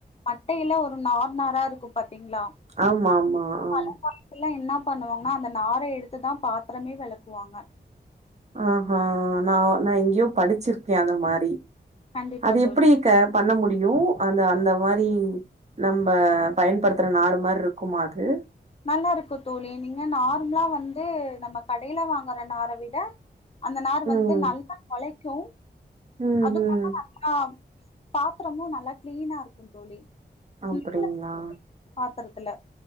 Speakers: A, on the left; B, on the right.
A: மட்டையில ஒரு நார் நாரா இருக்கு பாத்திங்ளா
B: ஆமா ஆமா ஆ
A: மழ காலத்துல என்ன பண்ணுவாங்கனா அந்த நார எடுத்துதா பாத்தரமே வெளக்குவாங்க
B: ஆஹா நா நா எங்கயோ படிச்சிருக்க அந்த மாரி
A: கண்டிப்பா
B: அது
A: தோழி
B: எப்டி க பண்ண முடியு அந்த அந்த மாரி நம்ப பயன்படுத்துற நார் மார்ருக்குமா அது
A: நல்லா இருக்கு தோழி நீங்க நார்மலா வந்து நம்ம கடைல வாங்கற நார விட அந்த நார்
B: ம்
A: வந்து நல்லா ஒழைக்கு
B: ம்
A: அது இல்லாம
B: ம்
A: நல்லா பாத்ரமு நல்லா க்ளீனா இருக்கு தோழி
B: அப்டிங்களா
A: <inaudible> பாத்தரத்துல